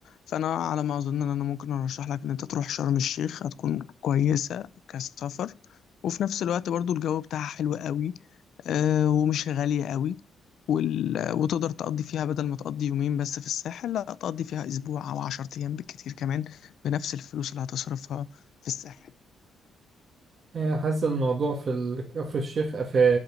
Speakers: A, on the left (about 70°); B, on the right (about 50°).
A: فأنا على ما أظن إن أنا ممكن أرشح لك إن أنت تروح شرم الشيخ هتكون كويسة كسفر وفي نفس الوقت برضو الجو بتاعها حلو قوي آه، ومش غالية قوي وال... وتقدر تقضي فيها بدل ما تقضي يومين بس في الساحل لا تقضي فيها أسبوع أو عشر أيام بالكتير كمان بنفس الفلوس اللي هتصرفها في الساحل
B: إيه، حاسس إن الموضوع في ال- كفر الشيخ في